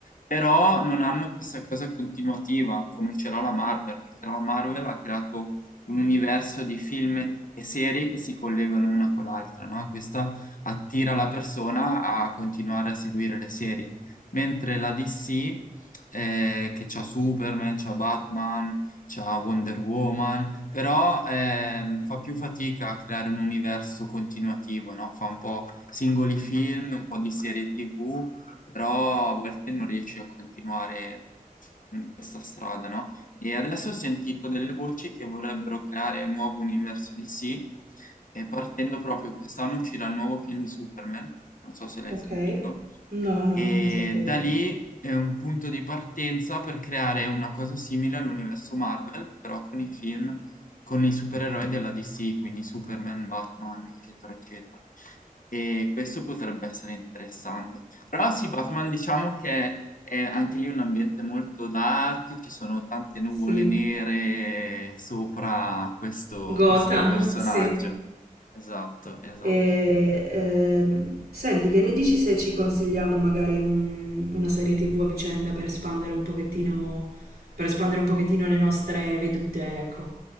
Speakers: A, on the left (about 60°); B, on the right (about 85°).
A: però non hanno questa cosa continuativa come ce l'ha la Marvel, perché la Marvel ha creato un universo di film e serie che si collegano una con l'altra, no? E questa attira la persona a continuare a seguire le serie, mentre la DC, eh, che c'ha Superman, c'ha Batman, c'ha Wonder Woman, però ehm, fa più fatica a creare un universo continuativo, no? Fa un po' singoli film, un po' di serie TV però a volte non riesci a continuare in questa strada, no? E adesso ho sentito delle voci che vorrebbero creare un nuovo universo DC e partendo proprio quest'anno uscirà il nuovo film di Superman, non so se l'hai
B: Ok.
A: sentito,
B: No, no,
A: e
B: non lo sapevo.
A: da lì è un punto di partenza per creare una cosa simile all'universo Marvel, però con i film, con i supereroi della DC, quindi Superman, Batman, eccetera, eccetera. E questo potrebbe essere interessante. Però sì, Batman diciamo che è anche lì un ambiente molto dark, ci sono tante nuvole
B: sì.
A: nere sopra questo,
B: Gotham,
A: questo personaggio.
B: sì.
A: Esatto, esatto.
B: E, ehm, senti, che ne dici se ci consigliamo magari un- una serie TV a vicenda per espandere un pochettino, Per espandere un pochettino le nostre vedute, ecco.